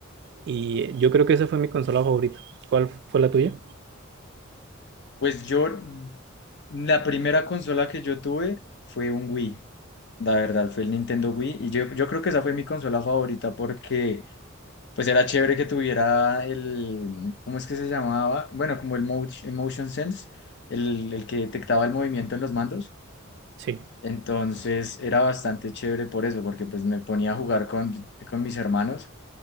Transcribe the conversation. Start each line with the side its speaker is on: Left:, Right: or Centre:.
Right: y yo creo que esa fue mi consola favorita. ¿Cuál fue la tuya?
Left: Pues yo, la primera consola que yo tuve fue un Wii. La verdad, fue el Nintendo Wii. Y yo, yo creo que esa fue mi consola favorita porque Pues era chévere que tuviera el, ¿cómo es que se llamaba? Bueno, como el, mo- el motion sense, el, el que detectaba el movimiento en los mandos.
Right: Sí,
Left: Entonces era bastante chévere por eso, porque pues me ponía a jugar con, con mis hermanos